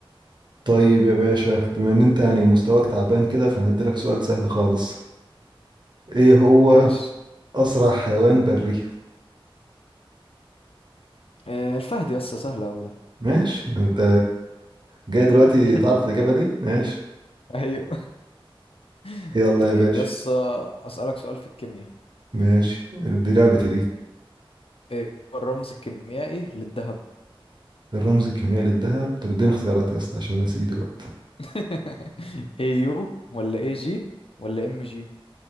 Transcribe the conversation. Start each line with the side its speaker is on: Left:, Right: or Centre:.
Right: طيب
Left: <laughs>
Right: يا باشا بما ان انت يعني مستواك تعبان كده فانا هديلك سؤال سهل خالص ايه هو
Left: ماشي
Right: اسرع حيوان بري
Left: آه، الفهد يا اسطى سهل اوي ده
Right: ماشي انت جاي دلوقتي
Left: <laughs>
Right: تعرف الاجابه دي ماشي
Left: ايوه <laughs>
Right: يلا
Left: طيب
Right: يا باشا
Left: يس اسالك سؤال في الكيمياء
Right: ماشي دي لعبتي دي
Left: ايه هو الرمز الكيميائي للذهب
Right: الرمز الكيميائي للذهب طب اديني اختيارات يا اسطى عشان نسيه دلوقتي
Left: <laughs> هي يو ولا اي جي ولا ام جي